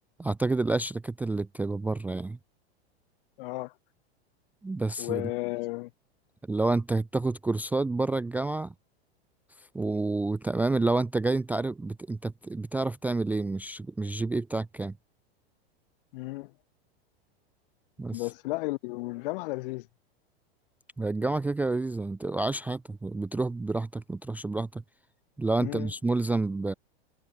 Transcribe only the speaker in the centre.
اعتقد اللي هي الشركات اللي بتبقى بره يعني
بس
اللي هو انت بتاخد كورسات بره الجامعة وتمام اللي هو انت جاي انت عارف بت... انت بت... بتعرف تعمل ايه مش مش الجي بي اي بتاعك كام
بس
الجامعة كده كده لذيذة انت عايش حياتك بتروح براحتك ما تروحش براحتك لو
انت مش ملزم